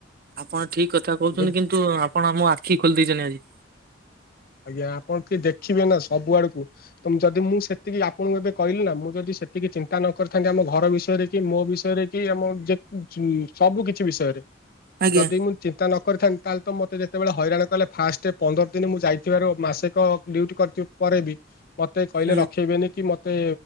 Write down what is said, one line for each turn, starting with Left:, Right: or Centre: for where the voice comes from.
Right: ଆପଣ ଠିକ୍ କଥା କହୁଛନ୍ତି
Left: ବୁଝ
Right: କିନ୍ତୁ ଆପଣ ଆମ ମୋ ଆଖି ଖୋଲି ଦେଇଛନ୍ତି ଆଜି।
Left: ଆଜ୍ଞା ଆପଣ ଟିକେ ଦେଖିବେ ନା ସବୁ ଆଡକୁ। ତ ମୁଁ ଯଦି ମୁଁ ସେତିକି ଆପଣଙ୍କୁ ଏବେ କହିଲି ନା ମୁଁ ଯଦି ସେତିକି ଚିନ୍ତା ନ କରିଥାନ୍ତି ଆମ ଘର ବିଷୟରେ କି ମୋ ବିଷୟରେ। କି ଆମ ଯେ ଜୁ ସବୁ କିଛି ବିଷୟରେ।
Right: ଆଜ୍ଞା
Left: ଯଦି ମୁଁ ଚିନ୍ତା ନ କରିଥାନ୍ତି ତାହେଲେ ତ ମତେ ଯେତେବେଳେ ହଇରାଣ କଲେ। ଫାଷ୍ଟ ପନ୍ଦର ଦିନ ମୁଁ ଯାଇ ଥିବର ମାସେକ ଡଟି କରିିଥି ପରେ ବି ମତେ କହିଲେ
Right: ଆଜ୍ଞା
Left: ରଖେଇବେନି କି ମ ତେ